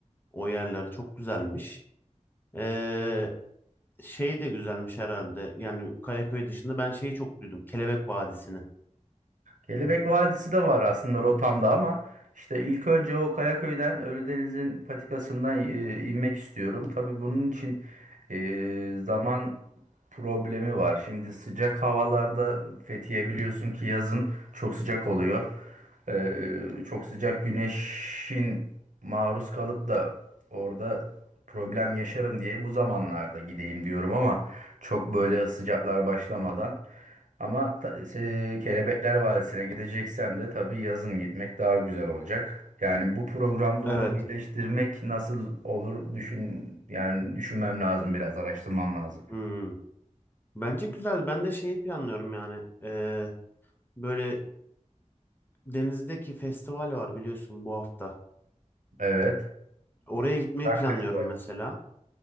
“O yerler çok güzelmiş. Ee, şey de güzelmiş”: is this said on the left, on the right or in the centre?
Left